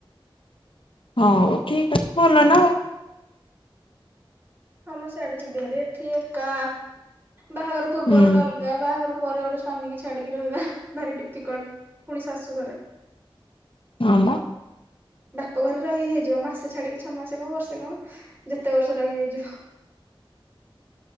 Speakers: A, on the left; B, on the right.
A: ହଉ ଠିକ୍ ଅଛି ଭଲ ନା ଆଉ।
B: ହଁ ମୁଁ ସେଆଡେ ଯିବି ଭାରି ଏଠି ଏକା ବାହାଘର ପୂର୍ବରୁ
A: ହୁଁ
B: ଅଲଗା ବାହାଘର ପରେ ଗୋଟେ ସ୍ଵାମୀ କି ଛାଡିକି ରହିବା ଭାରି ଡିଫିକଲ୍ଟ ପୁଣି ଶାଶୁଘରେ।
A: ହଁ ବା।
B: ବାପ ଘରେ ରହି ହେଇଯିବ ମାସେ ଛାଡିକି ଛଅ ମାସ କଣ ବର୍ଷେ କଣ ଯେତେ ବର୍ଷ ରହି ହେଇଯିବ।